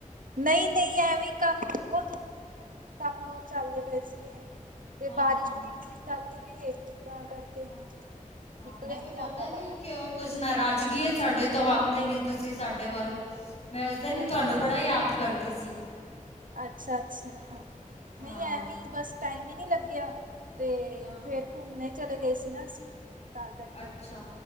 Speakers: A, on the right; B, on the left.
A: ਨਹੀਂ ਨਹੀਂ ਐਵੇਂ ਕੰਮ ਬਹੁਤ ਹੁੰਦੇ ਹੁਣ ਕੰਮ ਬਹੁਤ ਚੱਲਦੇ ਪਏ ਸੀ। ਤੇ
B: ਹਾਂ,
A: ਬਾਰਿਸ਼
B: ਹਾਂ, ਹਾਂ।
A: ਵੀ
B: ਹਾਂ
A: ਚੱਲਦੀ ਵੀ ਹੈ ਤਾਂ ਕਰਕੇ,
B: ਹਾਂ
A: ਨਿਕਲਿਆ
B: ਮੈਂ ਕਿਹਾ
A: ਨੀ ਜਾਂਦਾ
B: ਪਤਾ
A: ਬਾਹਰ।
B: ਨੀ ਕਿਉ, ਕੁਝ ਨਾਰਾਜ਼ਗੀ ਏ ਸਾਡੇ ਤੋਂ ਆਂਦੇ ਨੀ ਤੁਸੀਂ ਸਾਡੇ ਵੱਲ, ਮੈਂ ਉਸ ਦਿਨ
A: ਨਹੀਂ
B: ਤੁਹਾਨੂੰ
A: ਨਹੀਂ
B: ਬੜਾ
A: ਨਹੀਂ
B: ਯਾਦ ਕਰਦੀ ਸੀ।
A: ਅੱਛਾ, ਅੱਛਾ ਹਾਂ
B: ਹਾਂ,
A: ਨਹੀਂ ਐਵੇਂ ਬਸ ਟਾਈਮ ਹੀ ਨਹੀਂ ਲੱਗਿਆ। ਤੇ
B: ਹਾਂ
A: ਫਿਰ ਘੁੰਮਣੇ ਚਲੇ ਗਏ ਸੀ ਨਾ ਅਸੀਂ, ਤਾਂ ਕਰਕੇ।
B: ਅੱਛਾ